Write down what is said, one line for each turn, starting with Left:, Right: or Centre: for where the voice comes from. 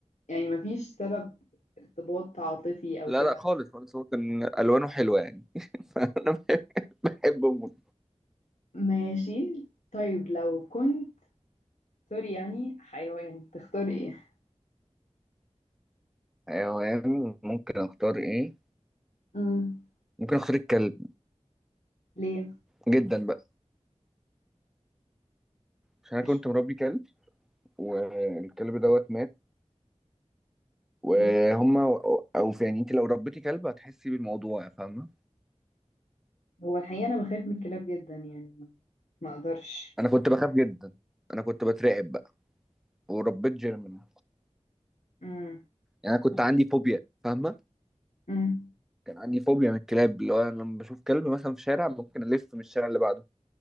Left: يعني مفيش سبب ارتباط عاطفي او
Centre: لا
Left: كده
Centre: لا خالص خالص هو كان الوانه حلوه يعني <laughs> فانا بحب بحب موزو
Left: ماشي طيب لو كنت سوري يعني حيوان تختار ايه
Centre: حيوان ممكن اختار ايه
Left: امم
Centre: ممكن اختار الكلب
Left: ليه
Centre: جدا بقى عشان انا
Left: اشمعنى
Centre: كنت مربي كلب والكلب دوت مات وهما
Left: مم.
Centre: او في يعني انت لو ربيتي كلب هتحسي بالموضوع فاهمه
Left: هو الحقيقة انا بخاف من الكلاب جدا يعني ما اقدرش
Centre: انا كنت بخاف جدا انا كنت بترعب بقى وربيت جيرمان
Left: مم.
Centre: يعني انا كنت عندي فوبيا فاهمه
Left: مم.
Centre: كان عندي فوبيا من الكلاب اللي هو انا لما بشوف كلب مثلا في شارع ممكن الف من الشارع اللي بعده